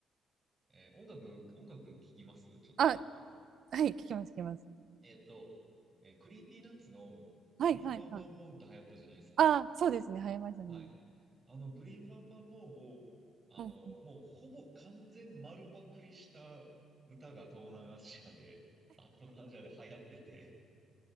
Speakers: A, on the right (about 25°); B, on the right (about 60°).
A: ー、えー音楽、音楽聞きますちょ、ちょっと。
B: あ、はい、聞きます、聞きます。
A: えーっと、えークリーピーナッツのブリンバンバンボンって流行ったじゃないですか。
B: はい、はい、はい。あ、そうですね。入りましたね。
A: はい。あの、ブリンバンバンボンを、あの、
B: うん。
A: もうほぼ完全丸パクリした歌が東南アジアで、<laughs> あ、東南アジアで流行ってて、